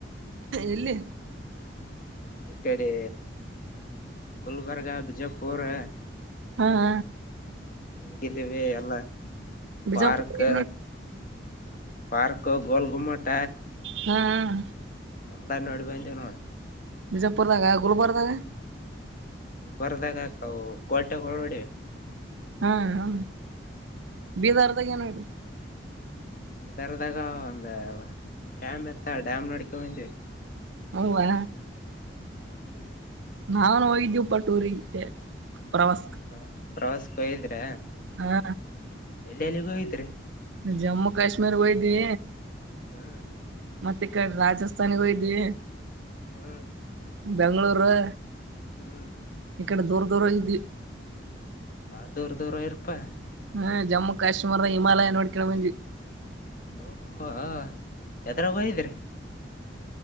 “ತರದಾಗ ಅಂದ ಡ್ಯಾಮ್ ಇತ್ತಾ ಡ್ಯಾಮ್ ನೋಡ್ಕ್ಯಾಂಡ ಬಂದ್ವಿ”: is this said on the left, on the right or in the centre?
Left